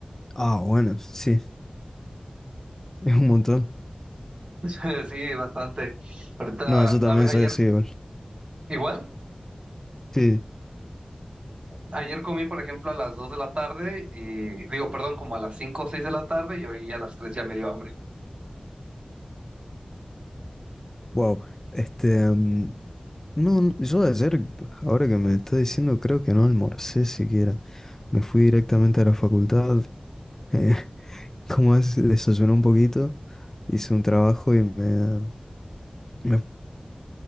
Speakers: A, on the left; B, on the right.
A: Ah, bueno, sí, <laughs> es un montón.
B: <laughs> Sí, bastante. Ahorita,
A: No, yo
B: a
A: también
B: ver,
A: soy
B: ayer,
A: así igual.
B: igual.
A: Sí,
B: Ayer comí, por ejemplo, a las 2 de la tarde y digo, perdón, como a las 5 o 6 de la tarde y hoy a las tres ya me dio hambre.
A: wow. Este, mm, No, no, yo ayer, ahora que me está diciendo, creo que no almorcé siquiera. Me fui directamente a la facultad, eh, <laughs> como es, desayuné un poquito, hice un trabajo y me, me